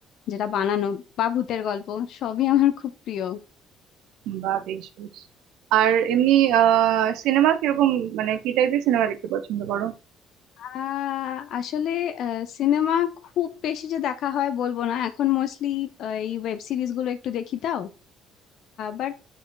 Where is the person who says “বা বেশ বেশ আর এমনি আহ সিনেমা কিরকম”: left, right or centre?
Right